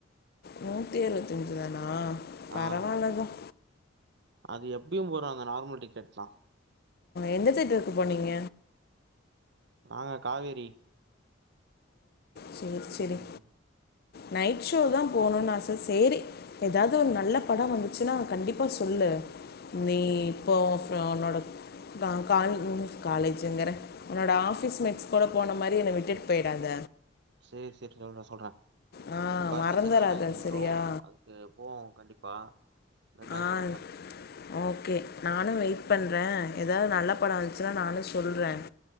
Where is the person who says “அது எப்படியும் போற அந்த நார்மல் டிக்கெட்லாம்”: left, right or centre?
Right